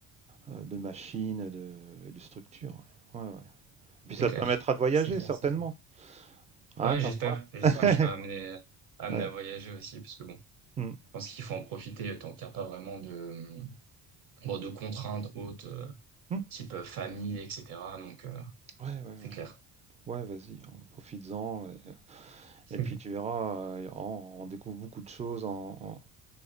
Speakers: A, on the right (about 20°); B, on the right (about 60°).
A: euh, de machines, de, et de structures, ouais. Ouais, ouais. Puis
B: C'est
A: ça
B: clair.
A: te permettra de voyager,
B: C'est clair,
A: certainement,
B: c'est clair.
A: hein,
B: Ouais,
A: quand...
B: j'espère. J'espère
A: <laughs>
B: que je serai amené, amené
A: Ouais.
B: à voyager aussi, parce que bon, je
A: Hmm.
B: pense qu'il faut en profiter tant qu'il n'y a pas vraiment de, bon, de contraintes hautes, euh,
A: Hmm.
B: type euh, famille, etc. Donc, euh,
A: Ouais, ouais, ouais.
B: c'est clair.
A: Ouais, vas-y, en profites-en. ouais.
B: <laughs>
A: Et puis tu verras, euh, on, on découvre beaucoup de choses en,